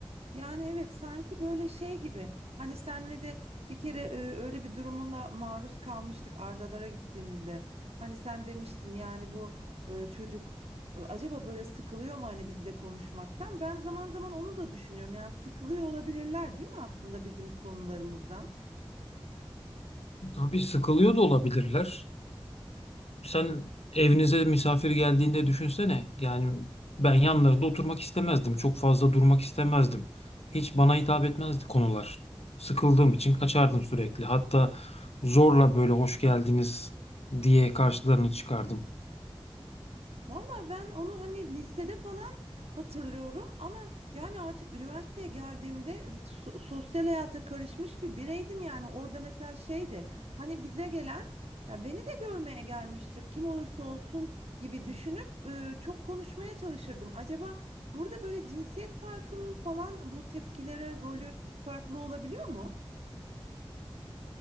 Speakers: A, on the right; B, on the left.
A: Yani evet sanki böyle şey gibi hani senle de bir kere e, öyle bir durumla maruz kalmıştık Ardalara gittiğimizde. Hani sen demiştin yani bu e, çocuk e, acaba böyle sıkılıyor mu hani bizle konuşmaktan? Ben zaman zaman onu da düşünüyorum yani sıkılıyor olabilirler değil mi aslında bizim konularımızdan?
B: Tabii sıkılıyor da olabilirler. Sen evinize misafir geldiğinde düşünsene. Yani ben yanlarında oturmak istemezdim. Çok fazla durmak istemezdim. Hiç bana hitap etmezdi konular. Sıkıldığım için kaçardım sürekli. Hatta zorla böyle hoş geldiniz diye karşılarını çıkardım.
A: Valla ben onu hani lisede falan hatırlıyorum ama yani artık üniversiteye geldiğimde so- sosyal hayata karışmış bir bireydim yani orada mesela şeydi hani bize gelen ya beni de görmeye gelmiştir kim olursa olsun gibi düşünüp e, çok konuşmaya çalışırdım. Acaba burada böyle cinsiyet farkının falan bu tepkilere rolü farklı olabiliyor mu?